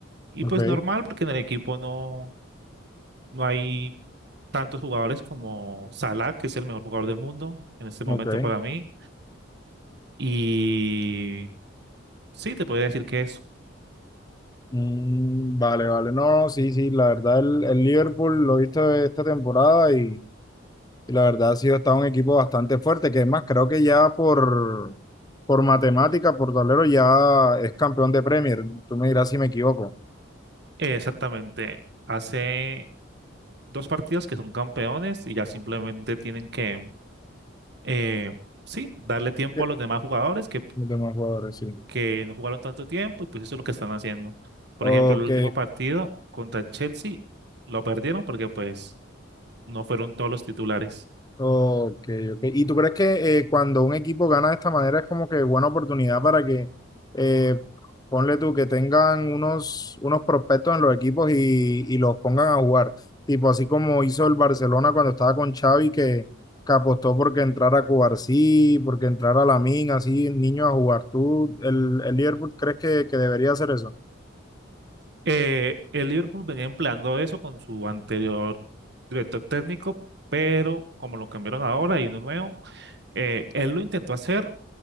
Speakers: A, on the right; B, on the left.
A: Y
B: Ok,
A: pues normal porque en el equipo no, no hay tantos jugadores como Salah, que es el mejor jugador del mundo en este momento
B: ok.
A: para mí. Y sí, te podría decir que es
B: Mm, vale, vale. No, no, sí, sí. La verdad, el, el Liverpool lo he visto esta temporada y, y la verdad ha sido está un equipo bastante fuerte, que es más, creo que ya por, por matemática, por tablero, ya es campeón de Premier. Tú me dirás si me equivoco.
A: exactamente hace dos partidos que son campeones y ya simplemente tienen que, eh, sí, darle tiempo
B: Sí.
A: a los demás jugadores que
B: Los demás jugadores, sí.
A: que no jugaron tanto tiempo y pues eso es lo que están haciendo. Por
B: Ok,
A: ejemplo, el último partido contra el Chelsea lo perdieron porque pues no fueron todos los titulares.
B: Ok, ok. ¿Y tú crees que eh, cuando un equipo gana de esta manera es como que buena oportunidad para que, eh, ponle tú, que tengan unos, unos prospectos en los equipos y, y los pongan a jugar? Tipo así como hizo el Barcelona cuando estaba con Xavi, que, que apostó porque entrara Cubarsí, porque entrara Lamine, así niños a jugar. ¿Tú, el, el Liverpool, crees que, que debería hacer eso?
A: Eh, el Liverpool venía empleando eso con su anterior director técnico, pero como lo cambiaron ahora y uno nuevo, eh, él lo intentó hacer